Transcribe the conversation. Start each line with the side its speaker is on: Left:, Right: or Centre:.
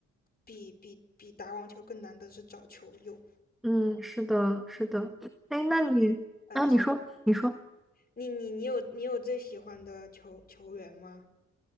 Left: 比比比打网球更难的是找球友。
Centre: 嗯，是的，是的。哎，那你，
Left: 那啊，
Centre: 啊，
Left: 你说
Centre: 你说，你说，
Left: 你你你有你有最喜欢的球球员吗？